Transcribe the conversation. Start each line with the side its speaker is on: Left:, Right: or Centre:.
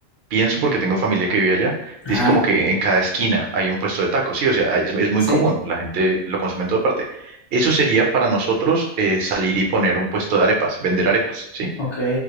Right: pienso porque tengo familia que vive allá,
Left: Ajá,
Right: dice como que en cada esquina hay un puesto de tacos, sí, o sea, es, es muy
Left: sí,
Right: común, la gente lo consume en toda parte. Eso sería para nosotros eh, salir y poner un puesto de arepas, vender arepas, ¿sí?
Left: ok,